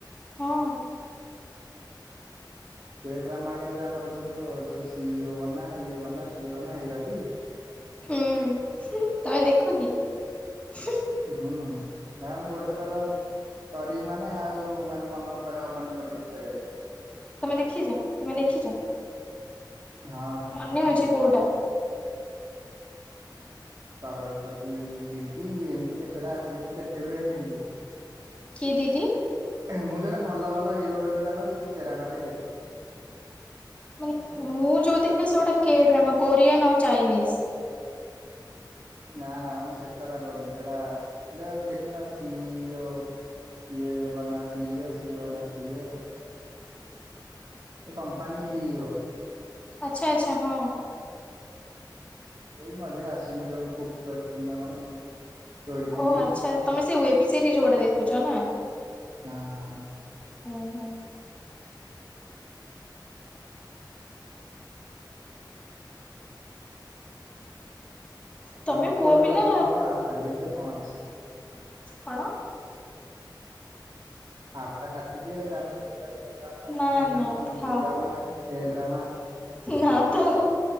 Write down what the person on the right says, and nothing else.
କେ ଡ୍ରାମା ହେରିକା ଯୋଉ ଆମର ଯୋଉ ଯୋଉ ସି ଇ ଓ ବନା ଇଏ ବନା ସିଏ ବନା ହେଇରାଟି।
ହୁଁ। ହେରା ମୁଁ ଗୋଟେ ଥର କରିବି ମାନେ ଆଉ ମାନେ ମନ ପଢାପଢି ମୋର କିଛି କରିବାରେ।
ହଁ
ମୁଁ
ଦେଖୁଛି।
କରଡ଼ପତି ବିବି ଏନ୍ତି କେତେଟା ଅଛି ମୁଁ କେତେଗୁରେ ଏନ୍ତି ଦେଖିଚି।
ମୁଁ ଯୋଉରା ଭଲ ଭଲ ହିରୋ ଯୋଉରା ନୁହେଁକି ମୁଁ ସେରାଙ୍କର ହିଁ ଦେଖେ।
ନା ନା ମୁଁ ସେ କଥା କହୁନି। ଯୋଉରା ସି ଯୋଉ ରାକ ଦେଖିନ ସି ଇ ଓ ଇଏ ବନା ସିଓ ସିଏ ବନା ସିଓ। ଏ କମ୍ପାନୀ ସି ଇ ଓ।
ଏଇ ମଝିରେ ଆସିନି ଯୋଉ କୁ କୁ ଏଫ୍ ଏମ୍ ନା କଣ ଷ୍ଟୋରି ଟିଭି
ହଁ ହଁ
ହଉ ତାହେଲେ
ଗୋଟେ
କାମ କର ଆପ କାଟିିଦିଅ କଣ ଅଛି?
ଆପଟା କାଟିଦିଅ ଆଉ ତାପରେ ଦେଖିବା ଟିକେ ଓ ଡ୍ରାମା
ସି ଡ୍ରାମା
ବି ଡ୍ରାମା ଏ ଡ୍ରାମା।